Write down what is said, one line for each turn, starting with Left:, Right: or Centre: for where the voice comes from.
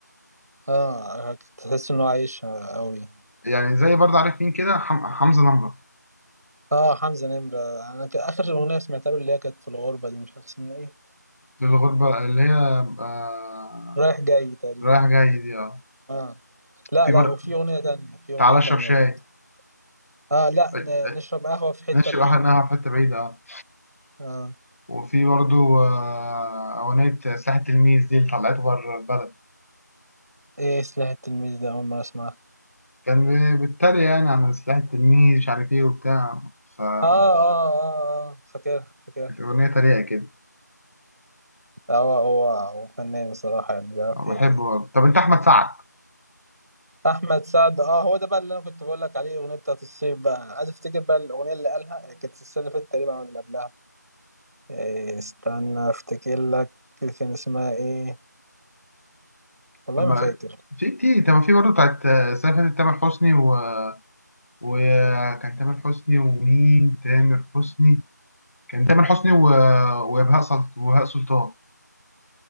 Right: اه تحس انه عايشها قوي
Left: يعني زي برضه عارف مين كده حم... حمزة نمرة
Right: اه حمزة نمرة انا ك- اخر اغنية سمعتها له اللي هي كانت في الغربة دي مش عارف اسمها ايه
Left: في الغربة اللي هي آه...
Right: رايح جاي تقريبا
Left: رايح جاي دي اه
Right: اه لا
Left: في
Right: لا
Left: برضه
Right: وفي اغنية تانية في اغنية
Left: تعالى
Right: تانية
Left: اشرب شاي
Right: برضه اه لا
Left: آه،
Right: ن-
Left: آه،
Right: نشرب قهوة في حتة
Left: نشرب
Right: بعيدة
Left: احنا في حتة بعيدة اه
Right: اه
Left: وفي برضه آه، أغنية سلاح التلميذ دي اللي طلعته بره البلد
Right: ايه سلاح التلميذ ده اول مرة اسمعها
Left: كان بي- بيتريق يعني عن سلاح التلميذ مش عارف ايه وبتاع فكانت
Right: اه اه اه, آه فاكرها فاكرها
Left: أغنية تريقة كده
Right: هو هو هو فنان بصراحة يعني بيعرف
Left: أنا بحبه
Right: ي-
Left: برضه طب أنت أحمد سعد
Right: أحمد سعد أه هو ده بقى اللي أنا كنت بقول لك عليه الأغنية بتاعت الصيف بقى أنا عايز أفتكر بقى الأغنية اللي قالها كانت السنة اللي فاتت تقريبا أو اللي قبلها إيه، استنى أفتكر لك كان اسمها إيه والله
Left: طب ما
Right: ما فاكر
Left: في كتير طب ما في برضه بتاعت آه، السنة اللي فاتت تامر حسني و... وكان تامر حسني ومين تامر حسني كان تامر حسني و... وبهاء سلط... وبهاء سلطان